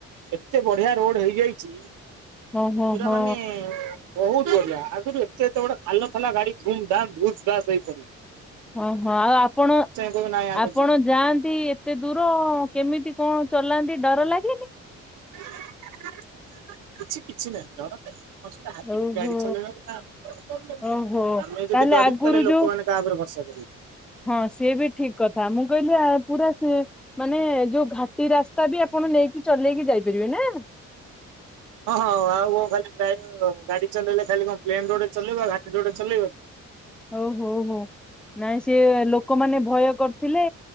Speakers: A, on the right; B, in the centre.
A: ଏତେ ବଢିଆ ରୋଡ ହେଇଯାଇଛି
B: ଓହୋ
A: ପୁରା
B: ହୋ
A: ମାନେ ବହୁତ ବଢିଆ ଆଗରୁ ଏତେ ଏତେ ବଡ଼ ଖାଲ ଥିଲା ଗାଡି ଦୁମ୍ ଦାମ୍ ଭୁସ୍ ଫାସ ହେଇ ପଡୁଥିଲା।
B: ହଁ ହୋ ଆଉ ଆପଣ
A: କହିବ ନାଇଁ ଆମେ
B: ଆପଣ
A: ଯିବୁ।
B: ଯାଆନ୍ତି ଏତେ ଦୂର ଅ। କେମିତି କଣ ଚଲାନ୍ତି ଡର ଲାଗେନି।
A: କିଛି କିଛି ନାହିଁ ଡର କାଇଁ? ହାତୀକି
B: ଓହୋ
A: ଗାଡି ଚଲେଇଲା <unintelligible> ଡର ଲାଗିବ।
B: ଓହୋ
A: ଆମେ
B: ତାହେଲେ
A: ଯଦି ଡିରିବୁ
B: ଆଗରୁ
A: ତାହେଲେ ଲୋକମାନୋନ
B: ଯୋଉ
A: କାହାରେ ଭର୍ସା
B: ହଁ ସିଏ ବି ଠିକ୍‌ କଥା ମୁଁ କହିଲି ଆ ପୁରା ସେ ମାନେ ଯୋଉ ଘାଟି ରାସ୍ତା ବି ଆପଣ ନେଇକି ଚଲେଇକି ଯାଇପାରିବେ ନା।
A: ହଁ ହଁ ଆଉ କଣ ଖାଲି ଡ୍ରାଇଭର ଗାଡି ଚଲେଇଲେ ଖାଲି କଣ ପ୍ଲେନ୍‌ ରୋଡ ଚଲେଇବା ଘାଟି ରୋଡ ଚଲେଇବ
B: ଓ ହୋଉ ହୋଉ ନାଇଁ ସେ ଲୋକମାନେ ଭୟ କରିଥିଲେ